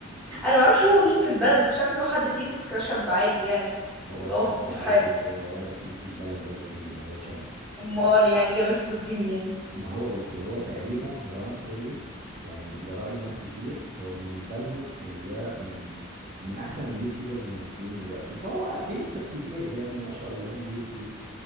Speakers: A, in the centre; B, on the right.
A: انا معرفش هو مين في البلد أنا ما كنتش عارف ان هو حد تقيل كنت فاكراه شاب عادي يعني
B: هو
A: متوسط
B: شاب عادي
A: الحال
B: هو ولا تقيل في البلد ولا نيلة هو شاب
A: امال يعني جاب الفلوس دي منين
B: ما هو بصي هو تقريبا مروان سري يعني ده رأي ناس كتير هو بالنسبة لهم ان ده من من احسن اليوتيوبرز المصريين دلوقتي فهو بيكسب كتير يعني ما شاء الله من اليوتيوب